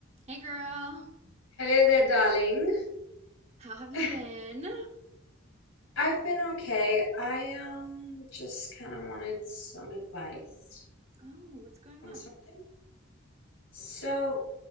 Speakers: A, on the right; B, on the left.
A: Hey girl,
B: Hello there, darling.
A: how have you
B: <laughs>
A: been?
B: I've been okay. I um just kind of wanted some advice
A: Oh, what's going
B: on
A: on?
B: something. So,